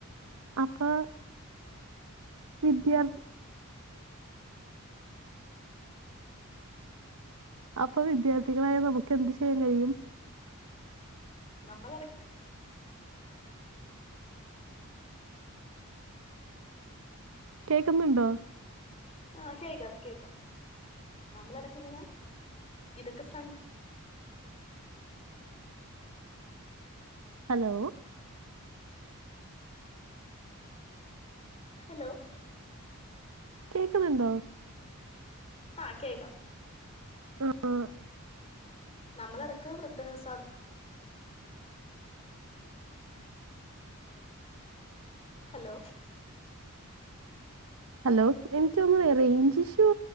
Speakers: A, on the right; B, on the left.
A: അപ്പൊ വിദ്യാർത്ഥി അപ്പൊ വിദ്യാർത്ഥികളായ നമുക്ക് എന്ത് ചെയ്യാൻ കഴിയും?
B: നമ്മളെടക്ക്
A: കേക്കുന്നുണ്ടോ?
B: ആഹ് കേക്കാം കേക്കാം. നമ്മളെടക്ക് ഇങ്ങനെ ഇതൊക്കെ സം
A: ഹലോ
B: ഹലോ
A: കേക്കണൊണ്ടോ?
B: ആഹ് കേക്കാം.
A: ആഹ് ആഹ്
B: നമ്മളെടക്ക് വൃദ്ധസ ഹലോ
A: ഹലോ എനിക്ക് തോന്നുന്നതേ റേഞ്ച്ഷൂ